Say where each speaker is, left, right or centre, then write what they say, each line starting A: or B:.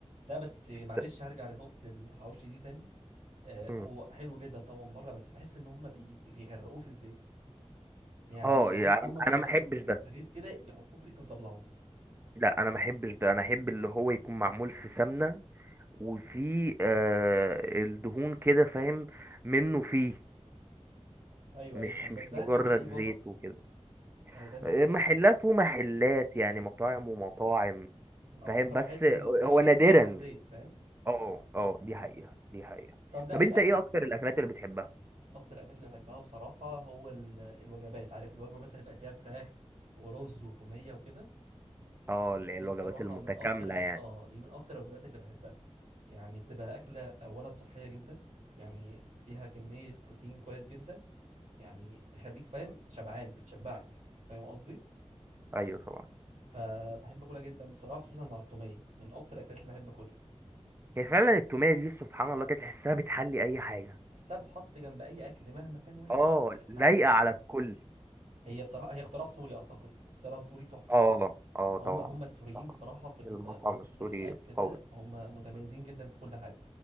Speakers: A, on the right; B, on the right.
A: لا بس معلش
B: ده-
A: هرجع لنقطه الحواوشي دي تاني آه،
B: مم.
A: هو حلو جدا طبعا بره بس بحس ان هم بي... بيغرقوه في الزيت يعني
B: اه
A: بحس
B: يعني
A: ان هم
B: انا
A: بياخدوا
B: انا ما احبش
A: ال- الرغيف
B: ده
A: كده يحطوه في زيت ويطلعوه
B: لا انا ما احبش ده انا احب اللي هو يكون معمول في سمنة وفي آه الدهون كده فاهم منه فيه
A: ايوه
B: مش
A: ايوه فاهم
B: مش
A: بس ده
B: مجرد
A: انت بتلاقيه بره
B: زيت وكده
A: يعني ده انت
B: آه،
A: بتلاقيه
B: محلات
A: طبعا
B: ومحلات يعني مطاعم ومطاعم
A: اصل
B: فاهم
A: انا
B: بس
A: بحس المنتشر
B: هو نادرا
A: اللي هو في الزيت فاهم
B: اه اه دي
A: مم.
B: حقيقة دي حقيقة
A: طب لا
B: طب انت
A: الاكل
B: ايه اكتر الاكلات اللي بتحبها
A: اكتر الاكلات اللي بحبها بصراحه هو ال... الوجبات عارف الوجبه مثلا يبقى فيها فراخ ورز وتوميه وكده
B: اه اللي
A: دي
B: هي الوجبات
A: بصراحة
B: المتكاملة
A: من أكتر
B: يعني
A: آه دي من أكتر الوجبات اللي بحبها يعني بتبقى أكلة أولا صحية جدا يعني فيها كمية بروتين كويس جدا يعني تخليك فاهم شبعان بتشبعك فاهم قصدي
B: ايوه طبعا
A: فبحب أكلها جدا بصراحة خصوصا مع التومية من أكتر الأكلات اللي بحب أكلها
B: هي فعلا التومية دي سبحان الله كده تحسها بتحلي اي حاجة
A: تحسها بتحط جنب أي أكل مهما كان وحش
B: اه
A: بتحليه
B: لايقة على الكل
A: هي بصراحة هي اختراع سوري أعتقد اختراع سوري تحفة
B: اه اه طبعا
A: هم هم السوريين
B: طبعا
A: بصراحة في ال...
B: المطعم
A: في نقطة
B: السوري
A: الأكل ده
B: قوي
A: هم متميزين جدا في كل حاجة